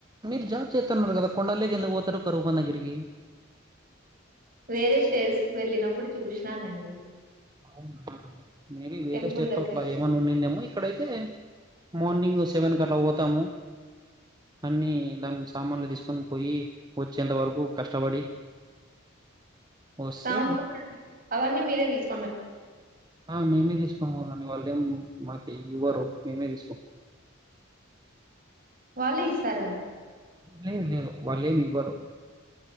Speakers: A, on the right (about 20°); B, on the right (about 45°).
A: మీరు జాబ్ చేతతున్నారు కదా కొండాలోకి ఎందుకు పోతారూ కరువుపని దగ్గరికి
B: వేరే స్టేట్స్ కు వెళ్ళినప్పుడు చూసినానండి
A: అవునా మేబి వేరే
B: టెంపుల్
A: స్టెట్
B: దగ్గర
A: లో అట్లా ఏమన్నా ఉన్నాందేమో ఇక్కడైతే మార్నింగ్ సెవెన్ క అట్లా పోతాము అన్ని దాన్ని సామాన్లు తీసుకు తీసుకని పోయి వచ్చేంత వరకు కష్టపడి వస్తే
B: సామాన్లు అవన్నీ మీరే తీసుకు
A: ఆ మేమే తెచ్చుకోం ని వాళ్ళేం మాకి ఇవ్వరు మేమే తీసుకుంటం
B: వల్లే ఇస్తారా
A: లేదు లేదు వల్ల ఏం ఇవరు